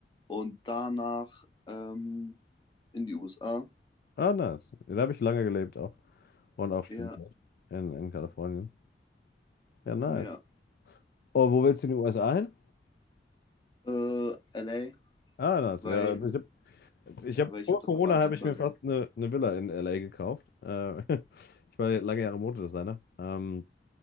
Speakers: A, on the left; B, on the left.
A: und danach ähm, in die USA.
B: Ah, nice. Ja, Da habe ich lange gelebt auch. Und auch studiert.
A: Ja,
B: In, in Kalifornien. Ja, nice.
A: ja.
B: Oh, wo willst du in die USA hin?
A: Äh, LA,
B: Ah, nice.
A: weil,
B: Ja, also ich habe ich
A: ja,
B: hab,
A: weil ich
B: vor
A: habe
B: Corona
A: da Verwandte
B: habe
A: quasi.
B: ich mir fast eine, eine Villa in LA gekauft. Äh, <laughs> ich war lange Jahre Modedesigner. Ähm,